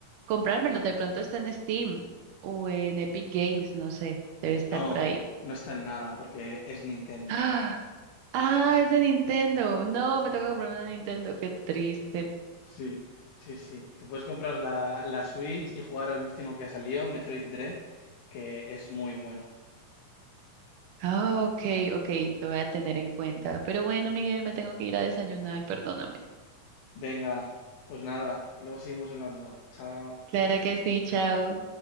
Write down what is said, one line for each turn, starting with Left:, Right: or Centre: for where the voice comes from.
Right: comprármelo. De pronto está en Steam o en Epic Games, no sé, debe estar
Left: No,
Right: por ahí.
Left: no está en nada porque es Nintendo.
Right: Ah, ah, es de Nintendo. No,
Left: Sí,
Right: me toca comprarme una Nintendo, qué triste.
Left: sí, sí. sí. Te puedes comprar la, la Switch y jugar al último que ha salido, Metroid Dread, que es muy bueno.
Right: Ah, ok, ok, lo voy a tener en cuenta. Pero bueno, Miguel, me tengo que ir a desayunar, perdóname.
Left: Venga, pues nada, luego seguimos hablando. Chao.
Right: Claro que sí, chao.